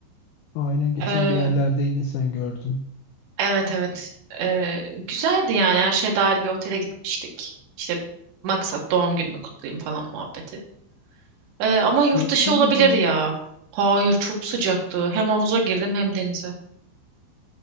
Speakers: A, on the left; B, on the right.
A: Aynen geçen
B: Eee,
A: bir yerlerdeydin sen gördüm.
B: evet evet Eee, güzeldi yani her şey dahil bir otele gitmiştik. İşte maksat doğum günümü kutlayayım falan muhabbeti. Eee, ama
A: Soğuk
B: yurt dışı
A: değil
B: olabilir
A: miydi ya?
B: ya. Hayır çok sıcaktı hem havuza girdim hem denize.